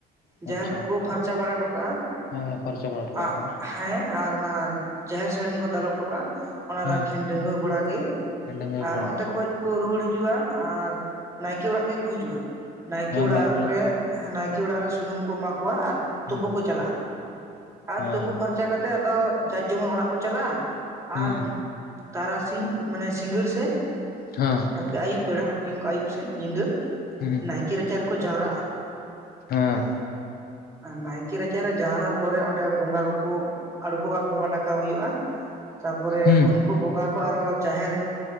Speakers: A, on the left; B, on the right.
A: ᱟᱪᱪᱷᱟ
B: ᱡᱟᱦᱮᱨ ᱠᱚᱠᱚ ᱯᱷᱟᱨᱪᱟ ᱵᱟᱲᱟ ᱦᱚᱴᱚᱠᱟᱜᱼᱟ
A: ᱦᱮᱸ ᱯᱷᱟᱨᱪᱟ ᱵᱟᱲᱟ ᱴᱚᱠᱟᱜ
B: ᱟᱜ
A: ᱟᱠᱚ
B: ᱦᱮᱸ᱾ ᱟᱨ ᱚᱱᱟ ᱡᱟᱦᱮᱨ ᱥᱟᱹᱲᱤᱢ ᱠᱚ ᱫᱟᱞᱚᱵ ᱦᱚᱴᱚ ᱠᱟᱜ ᱟ᱾ ᱚᱱᱟ
A: ᱦᱩᱸ
B: ᱫᱚ ᱮᱠᱷᱮᱱ ᱰᱟᱸᱜᱩᱣᱟᱹ ᱠᱚᱲᱟ ᱜᱮ
A: ᱰᱟᱺᱜᱩᱣᱟᱹ
B: ᱟᱨ
A: ᱠᱚᱲᱟ
B: ᱚᱱᱛᱮ ᱠᱷᱚᱡ ᱠᱚ ᱨᱩᱣᱟᱹᱲ ᱦᱤᱡᱩᱜ ᱟ ᱟᱨ ᱱᱟᱭᱠᱮ ᱚᱲᱟᱜ ᱛᱮᱜᱮᱠᱚ ᱦᱤᱡᱩᱜᱼᱟ ᱱᱟᱭᱠᱮ
A: ᱦᱮᱸ
B: ᱚᱲᱟᱜ
A: ᱢᱟᱹᱭ ᱠᱚ
B: ᱨᱮ ᱱᱟᱭᱠᱮ ᱚᱲᱟᱜ ᱨᱮ ᱥᱩᱱᱩᱢ ᱠᱚ ᱮᱢᱟ ᱠᱚᱣᱟ ᱟᱨ
A: ᱦᱩᱸ
B: ᱛᱩᱯᱩ ᱠᱚ ᱪᱟᱞᱟᱜᱼᱟ ᱟᱨ
A: ᱦᱮᱸ
B: ᱛᱩᱯᱩ ᱯᱷᱟᱨᱪᱟ ᱠᱟᱛᱮᱫ ᱟᱫᱚ ᱡᱟ ᱡᱮᱢᱚᱱ ᱚᱲᱟᱜ ᱠᱚ ᱪᱟᱞᱟᱜᱼᱟ᱾
A: ᱦᱮᱸ
B: ᱟᱨ ᱛᱟᱨᱟᱥᱤᱧ ᱢᱟᱱᱮ ᱥᱤᱸᱜᱟᱹᱲ ᱥᱮᱡ
A: ᱦᱚᱸ᱾
B: ᱟᱨᱠᱤ ᱟᱹᱭᱩᱵ ᱵᱮᱲᱟ ᱟᱨᱠᱤ ᱟᱹᱭᱩᱵ ᱥᱮᱫ ᱧᱤᱫᱟᱹ
A: ᱦᱮᱸ
B: ᱱᱟᱭᱠᱮ ᱨᱟᱪᱟ ᱨᱮᱠᱚ ᱡᱟᱣᱨᱟᱜᱼᱟ᱾
A: ᱦᱮᱸ
B: ᱱᱟᱭᱠᱮ ᱨᱟᱪᱟᱨᱮ ᱡᱟᱣᱨᱟ ᱯᱚᱨᱮ ᱚᱸᱰᱮ ᱵᱚᱸᱜᱟ ᱠᱚᱠᱚ ᱟᱲᱜᱚ ᱟ ᱵᱚᱸᱜᱟ ᱴᱟᱠᱟᱣ ᱦᱩᱭᱩᱜ ᱟ᱾ ᱛᱟᱯᱚᱨᱮ
A: ᱦᱩᱸ
B: ᱩᱱᱠᱩ ᱵᱚᱸᱜᱟ ᱠᱚ ᱟᱨᱚ ᱡᱟᱦᱮᱨ